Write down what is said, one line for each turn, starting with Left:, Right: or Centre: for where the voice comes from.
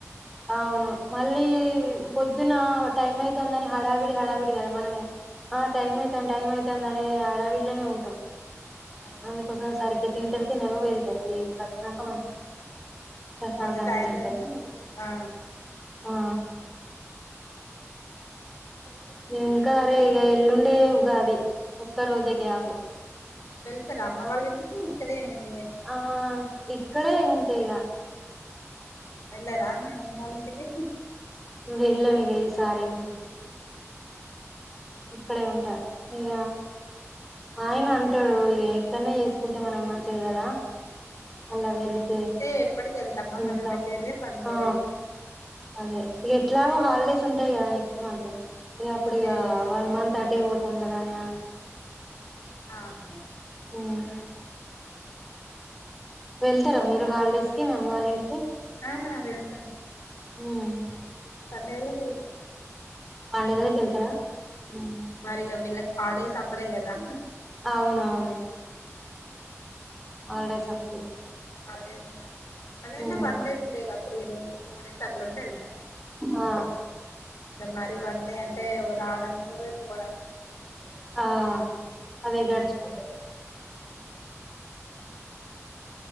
Centre: అవును మళ్ళీ
Left: హడావిడి సరిపోదు.
Centre: పొద్దున టైమ్ అయి దని హడావిడి హడావిడి కదా మనము ఆ టైమ్
Left: అవును
Centre: అయ్యితన్ టైమ్ అయితన్ అనే ఆడావిడ్లోనే ఉంటాం
Left: అవును
Centre: అందుకోసం సరిగా ఇంటర్ కి <unintelligible> వెళ్తారు ఇప్పుడు వచ్చినాక ప్రశాంతంగా
Left: <unintelligible> సాయంత్రం
Centre: తింటారు
Left: మళ్ళీ ఇప్పుడు ఆ
Centre: ఆ
Left: ఇంకా స్టిచ్చింగ్ చేస్తున్నారా
Centre: ఇంకా అరే ఇగ ఎల్లుండే ఉగాది ఒక్క రోజే గ్యాప్
Left: ఆ వెళ్తారా అమ్మ వాళ్ళ ఇంటికి ఇక్కడే <unintelligible>
Centre: ఆ ఇక్కడే ఉ తేగా
Left: అవునా వెళ్ళారా మీ మీ అమ్మ వాళ్ళ ఇంటికి
Centre: వెళ్ళరిగ ఈ సారి <unintelligible> ఇక్కడే ఉంటా ఇక ఆయన అంటాడు ఇగా ఇక్కడనే చేసుకుంటే మనం మంచిది కదా అలా <unintelligible>
Left: అంటే ఎప్పటికి వెళ్తామా
Centre: ఇంట్లో
Left: మనం వెళ్ళేదే పండగలకి
Centre: ఆ అదే ఎట్లాగో హాలిడేస్ ఉంటాయి కదా <unintelligible>
Left: ఆ!
Centre: ఇగ అప్పుడిగా
Left: అదే
Centre: అంత అటే పోతాం కదా అనా?
Left: ఆహ
Centre: <unintelligible> వెళ్తారా మీరు హాలిడేస్ కి మీ అమ్మ వాళ్ళ ఇంటికి
Left: ఆ వెళ్తాం
Centre: హ్మ్
Left: పండగలకి వెళ్తాం
Centre: పండగలకి వెళ్తారా ఉమ్.
Left: మరిగా మీళ్లక్ హాలిడేస్ అప్పుడే గదా
Centre: ఔనౌను హాలిడేస్ అప్పుడే
Left: హాలిడేస్ ఉన్నప్పుడెల్ అదైనా
Centre: ఉమ్.
Left: వన్ డే టూ డే గాదు, త్రీ డేస్ ఫోర్ డేస్ అట్లుంటే వెళ్తాం.
Centre: ఆ
Left: అంటే మరీ వన్ డే అంటే రావడానికి ఓరోజు పోవడానికి ఒక రోజు
Centre: ఆ అదే గడిచిపోతది.